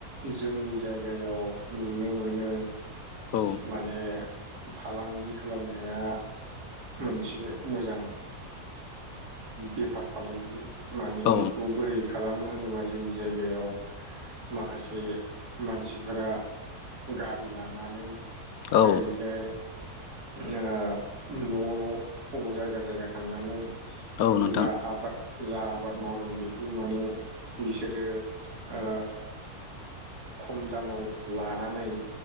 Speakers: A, on the right; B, on the left.
A: जोंनि जायगायाव नुनो मोनो
B: औ
A: माने फालांगि खालामनाया मोनसे मोजां बेफार फालांगि माने
B: औ
A: बेखौ बोरै खालामो होनोबा जोंनि जायगायाव माखासे मानसिफोरा गारि लानानै
B: औ
A: ओरैजाय ओ न' न' बबे जायगा जायगा थांनानै
B: औ नोंथां
A: जा आबाद जा आबाद मावदों बेखौ माने बिसोरो ओ खम दामाव लानानै